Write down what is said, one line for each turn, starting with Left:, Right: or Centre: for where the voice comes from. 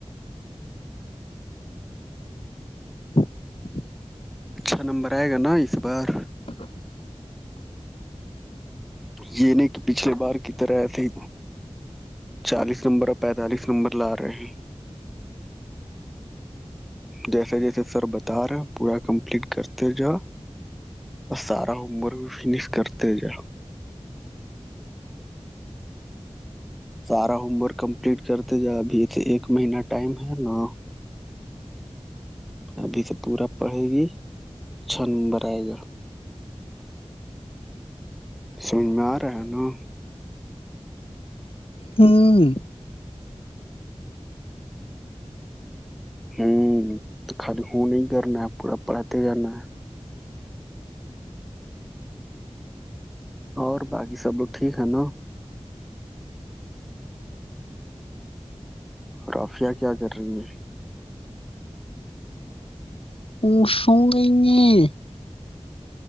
Left: <unintelligible>
Centre: اچھا نمبر آئے گا نا اس بار
Left: <unintelligible>
Centre: یہ نہیں کہ پچھللی بار کی طرح تھی چالیس نمبر اور پینتالیس نمبر لا رہے ہیں جیسے جیسے سر بتا رہے ہیں پورا کمپلیٹ کرتے جاؤ اور سارا عمر بھی فنش کرتے جا سارا ہوم ورک کمپلیٹ کرتے جا ابھی ایک مہین ٹائم ہے نا ابھی تو پورا پڑھے گی چھ نمبر آئے گا سج میں رہا ہے نا
Left: ہاں
Centre: ہوں تو خالی ہو نہیں ہی کرنا ہے پورا پڑتے جانا ہے اور باقی سب لوگ ٹھیک ہے نا رافعیہ کیا کر رہی ہیں
Left: او سورہی ہے